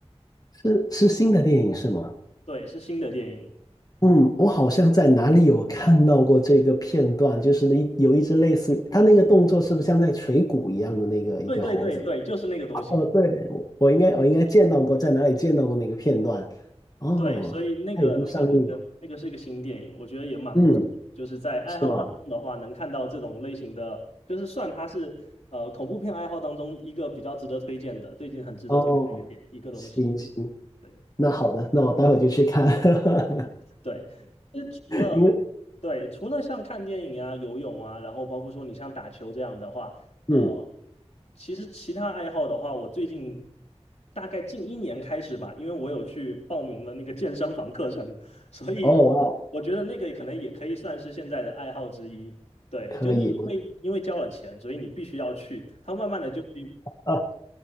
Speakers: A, on the left; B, on the left.
A: 是是新的电影是吗？
B: <laughs> 对，是新的电影。
A: 嗯，我好像在哪里有看到过这个片段，就是那一有一只类似于它那个动作，是不是像在锤鼓一样的那个一个猴子？
B: 对对对对，就是那个东西。
A: 哦，对，我我应该我应该见到过，在哪里见到过那个片段？哦，
B: 对，所以那个、
A: 它已经上映了
B: 那个、那个、那个是一个新电影，我觉得也蛮不错。
A: 嗯，
B: 就是在爱好当中的话，
A: 是吗？
B: 能看到这种类型的，就是算它是呃恐怖片爱好当中一个比较值得推荐的，最近很值得推荐的一个点一个东西。
A: 哦，行行，
B: 对，
A: 那好的，那我待会就去看，<laughs>
B: 对，其实除了对，
A: 因为
B: 除了像看电影啊、游泳啊，然后包括说你像打球这样的话，呃，
A: 嗯，
B: 其实其他爱好的话，我最近大概近一年开始吧，因为我有去报名了那个健身房课程，所以我觉得那个可能也可以算是现在的爱好之一。
A: 哦哇哦，
B: 对，
A: 可以，
B: 就是因为因为交了钱，
A: 我
B: 所以你必须要去，它慢慢的就会
A: 啊，